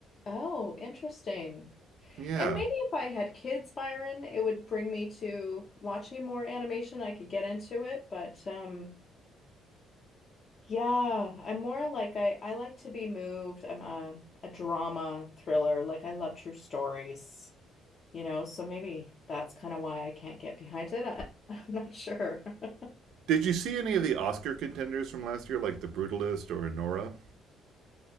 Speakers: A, on the left (about 30°); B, on the right (about 65°).
A: oh, interesting.
B: Yeah,
A: And maybe if I had kids, Byron, it would bring me to watching more animation. I could get into it, but um, yeah, I'm more like I I like to be moved. I'm a a drama thriller. Like I love true stories. you know, so maybe that's kind of why I can't get behind it. I, <laughs> I'm not sure. <laughs>
B: Did you see any of the Oscar contenders from last year, like The Brutalist or Nora?